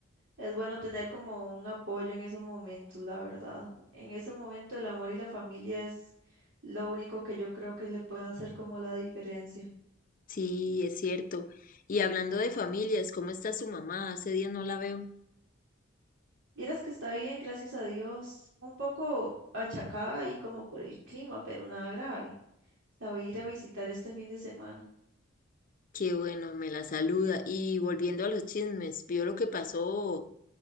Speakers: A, on the right (about 75°); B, on the left (about 45°).
A: Es bueno tener como un apoyo en esos momentos, la verdad. En ese momento el amor y la familia es lo único que yo creo que le puede hacer como la diferencia.
B: Sí, es cierto. Y hablando de familias, ¿cómo está su mamá? Hace días no la veo.
A: Vieras que está bien, gracias a Dios. Un poco achacada ahí como por el clima, pero nada grave. La voy a ir a visitar este fin de semana.
B: Qué bueno, me la saluda. Y volviendo a los chismes, vio lo que pasó